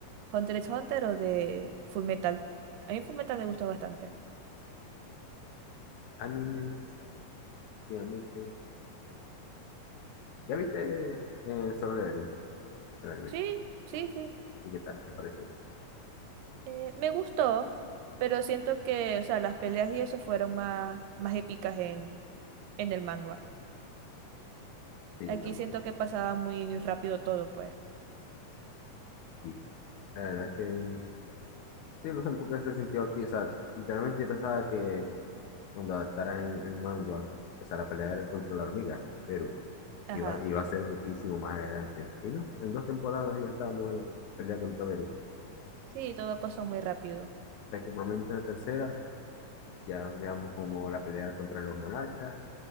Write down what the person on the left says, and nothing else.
animes, obviamente. ¿Ya viste eh, Solo Leveling, el anime?
¿Y qué tal? ¿Te pareció?
Sí,
yo también.
Sí. La verdad es que sí, no sé por qué se sintió aquí. O sea, literalmente yo pensaba que cuando adaptaran el manga, o sea, la pelea del- contra la hormiga, Beru,
Iba, iba a ser muchísimo más adelante. Y no, en dos temporadas ya estábamos en la pelea contra Perú.
O sea que por lo menos en la tercera ya veamos como la pelea contra los monarcas